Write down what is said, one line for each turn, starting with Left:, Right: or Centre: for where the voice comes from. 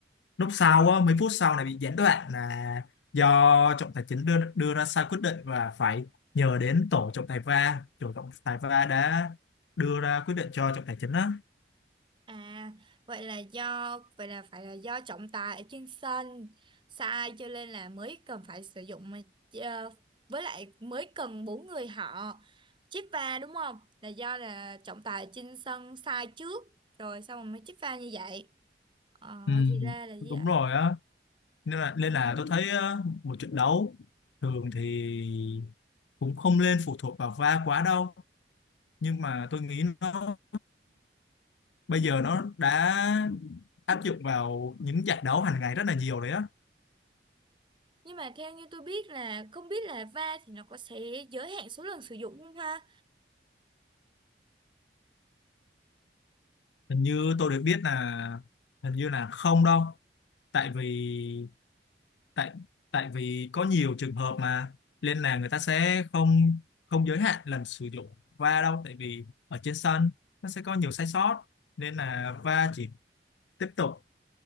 Left: lúc sau á, mấy phút sau này bị gián đoạn là do trọng tài chính đưa đưa ra sai quyết định và phải nhờ đến tổ trọng tài VAR tổ trọng tài VAR đã đưa ra quyết định cho trọng tài chính á
Right: À, vậy là do vậy là phải là do trọng tài ở trên sân sai cho nên là mới cần phải sử dụng mà ờ, với lại mới cần bốn người họ chích pha đúng không? Là do là trọng tài ở trên sân sai trước rồi xong rồi mới chích pha như vậy. Ờ
Left: ừ,
Right: thì ra là như
Left: đúng
Right: vậy.
Left: rồi á nên là nên là tôi thấy á, một trận đấu thường thì cũng không nên phụ thuộc vào VAR quá đâu nhưng mà tôi nghĩ nó bây giờ nó đã áp dụng vào những trận đấu hàng ngày rất là nhiều đấy á
Right: Nhưng mà theo như tôi biết là không biết là va thì nó có sẽ giới hạn số lần sử dụng không ha?
Left: hình như tôi được biết là hình như là không đâu tại vì tại tại vì có nhiều trường hợp mà nên là người ta sẽ không không giới hạn lần sử dụng va đâu tại vì ở trên sân nó sẽ có nhiều sai sót nên là va chỉ tiếp tục